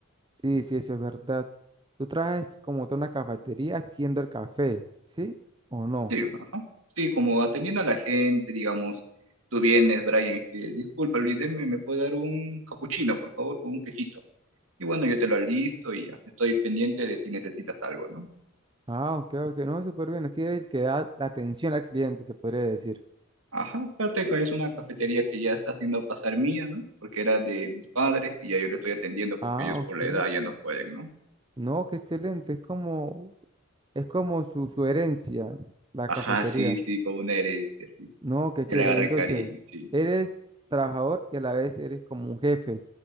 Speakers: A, on the right; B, on the right.
A: Sí, sí, eso es verdad. Tú trabajas como toda una cafetería haciendo el café, ¿sí o no?
B: Sí, ajá. Sí, como atendiendo a la gente, digamos. Tú vienes, Brian, y me pides, disculpa, Luis, deme, ¿me puede dar un capuchino, por favor, con un quejito? Y bueno, yo te lo alisto y ya. Estoy pendiente de si necesitas algo, ¿no?
A: Ah, ok, ok, no, súper bien, así es el que da la atención al cliente, se podría decir.
B: Ajá, aparte que es una cafetería que ya está haciendo pasar mía, ¿no? Porque era de mis padres y ya yo le estoy atendiendo porque
A: Ah,
B: ellos por
A: ok.
B: la edad ya no pueden, ¿no?
A: No, qué excelente. Es como Es como su, su herencia, la
B: Ajá,
A: cafetería.
B: sí, sí, con una herencia, sí.
A: No, qué chévere.
B: Ya le agarré
A: Entonces,
B: cariño, sí.
A: eres trabajador y a la vez eres como un jefe.